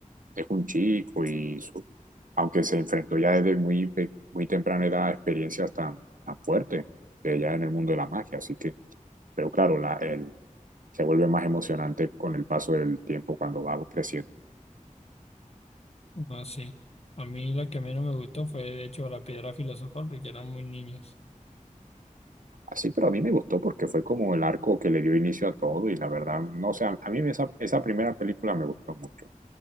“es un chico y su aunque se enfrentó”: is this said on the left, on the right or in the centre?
Right